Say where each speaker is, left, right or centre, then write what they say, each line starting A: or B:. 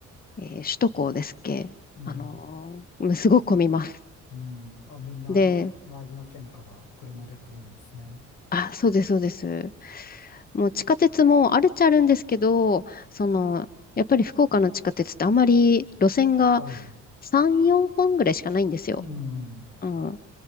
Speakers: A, on the left (about 30°); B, on the left (about 85°).
A: えー首都高ですっけ、
B: うん。
A: あのーもうすごく混みます。
B: うん。あ、みんな、
A: で、
B: 周りの県から車で来るんですね。
A: あ、そうです、そうです。もう地下鉄もあるっちゃあるんですけど、その、やっぱり福岡の地下鉄ってあまり路線が
B: はい。
A: 3、4本ぐらいしかないんですよ。
B: うん。
A: うん。